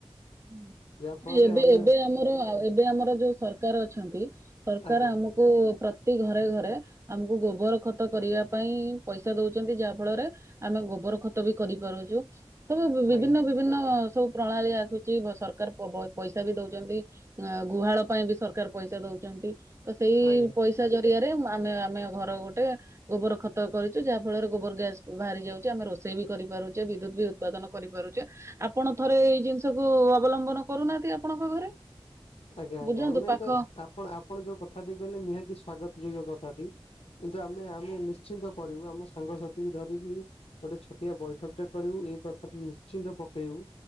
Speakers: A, on the right; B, on the left.
A: ନ
B: ଯାହା ଫଳରେ
A: ଏବେ
B: ଆମେ
A: ଏବେ ଆମର ଏବେ ଆମର ଯୋଉ ସରକାର ଅଛନ୍ତି ସରକାର
B: ଆଜ୍ଞା
A: ଆମକୁ ପ୍ରତି ଘରେ ଘରେ ଆମକୁ ଗୋବର ଖତ କରିବା ପାଇଁ ପଇସା ଦଉଛନ୍ତି ଯାହା ଫଳରେ ଆମେ ଗୋ ବର ଖତ ବି କରିପାରୁଛୁ। ସବୁ ବିଭିନ୍ନ
B: ଆଜ୍ଞା
A: ବିଭିନ୍ନ ସବୁ ପ୍ରଣାଳୀ ଆସୁଛି ସରକାର ବ ପଇସା ବି ଦଉଛନ୍ତି। ଅ ଗୁହାଳ ପାଇଁ ବି ସରକାର ପଇସା ଦଉଛନ୍ତି ତ ସେଇ
B: ଆଜ୍ଞା।
A: ପଇସା ଯ ରିଆରେ ଆମେ ଆମେ ଘର ଗୋଟେ ଗୋବର ଖତ କରିଛୁ ଯାହା ଫଳରେ ଗୋବର ଗ୍ୟାସ ବାହାରି ଯାଉଛି ଆମେ ରୋଷେ ସେ ବି କରିପାରୁଛେ ବିଦ୍ୟୁତ ବି ଉତ୍ପାଦନ କରିପାରୁଛେ ଆପଣ ଥରେ ଏଇ ଜିନିଷ ସବୁ ଅବଲମ୍ବନ କରୁନାହାନ୍ତି ଆପଣଙ୍କ ଘରେ।
B: ଆଜ୍ଞା ଆଜ୍ଞା
A: ବୁଝନ୍ତୁ
B: ଆମେ
A: ପାଖ
B: ତ ଆପଣ ଆପଣ ଯୋଉ କଥାଟି କହିଲେ ନିହାତି ସ୍ଵାଗତ ଯୋଗ୍ୟ କଥାଟି। କିନ୍ତୁ ଆମେ ଆମେ ନି ଶ୍ଚିନ୍ତ କରିବୁ ଆମ ସାଙ୍ଗସାଥି ଧରିକି ଗୋଟେ ଛୋଟିଆ ବୈଠକ ଟେ କରିବୁ ଏଇ କଥାଟି ନିଶ୍ଚିନ୍ତ ପ ପକେଇବୁ